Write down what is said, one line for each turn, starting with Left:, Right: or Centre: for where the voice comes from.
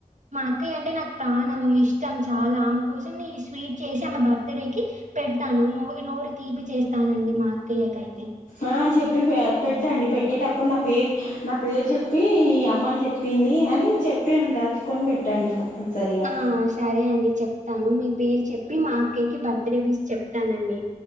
Right: మా అక్కయ్య అంటే నాకు ప్రాణం ఇష్టం చాలా ఆమె కోసం ఈ స్వీట్ చేశి ఆమె బర్తడేకి పెడతాను నూరి నూరి తీపి చేస్తానండి మా అక్కయ్యాకు అయితే
Left: ఆ చెప్పి పె పెట్టండి పెట్టేటప్పుడు నా పేరు నా పేరు చెప్పి ఈ అమ్మాయి చెప్పింది అని చెప్పి నన్ను తెలుచుకొని పెట్టండి కంపల్సరిగా
Right: ఆ సరే అండి చెప్తాను మీ పేరు చెప్పి మా అక్కయకి బర్ త్ డే విష్ చెప్తానండి.